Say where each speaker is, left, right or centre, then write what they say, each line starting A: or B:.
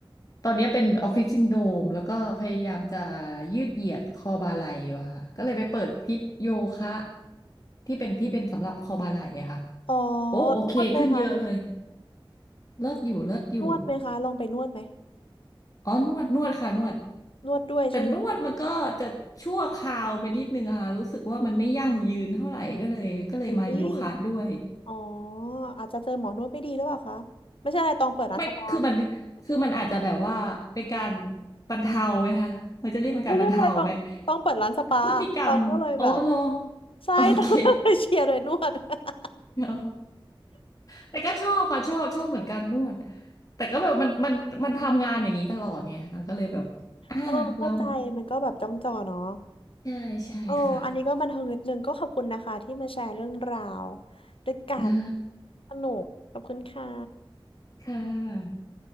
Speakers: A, on the left; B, on the left.
A: ตอนนี้เป็นออฟฟิศซินโดรมแล้วก็พยายามจะยืดเหยียดคอบ่าไหล่อยู่อะค่ะก็เลยไปเปิดคลิปโยคะที่เป็นที่เป็นสำหรับคอบ่าไหล่อะค่ะ
B: อ๋อ
A: โอ้โอเคขึ้นเยอะเลย
B: นวดไหมคะ
A: เลิศอยู่เลิศอยู่
B: นวดไหมคะลองไปนวดไหม
A: อ๋อนวดนวดค่ะนวด
B: นวดด้วยใช่ไหมคะ
A: แต่นวดมันก็จะชั่วคราวไปนิดนึงอะค่ะรู้สึกว่ามันไม่ยั่งยืนเท่าไหร่ก็เลยก็เลยมาโยคะด้วย
B: อุ๊ยอ๋ออาจจะเจอหมอนวดไม่ดีหรือเปล่าคะไม่ใช่อะไรตองเปิดร้านสปา
A: ไม่คือมันคือมันอาจจะแบบว่าเป็นการ
B: <laughs>
A: บรรเทาไหมคะมันจะเรียกเป็นการบรรเทาไหม
B: ไม่ใช่อะไรตองตองเปิดร้านสปาตองก็เลยแบบ
A: คือพฤติกรรมโอ้โล
B: ใช่ตองก็เลยเชียร์โดยนวด
A: โอเค
B: <laughs>
A: เนาะแต่ก็ชอบค่ะชอบชอบเหมือนกันนวดแต่ก็แบบมันมันมันทำงานอย่างนี้ตลอดไงค่ะก็เลยแบบอ่าเรา
B: โอ้เข้าใจมันก็แบบจ้องจอเนาะ
A: ใช่ใช่ค่ะ
B: โอ้อันนี้ก็บันเทิงนิดนึงก็ขอบคุณนะคะที่มาแชร์เรื่องราวด้วยกัน
A: ได้
B: สนุกขอบคุณค่ะ
A: ค่ะ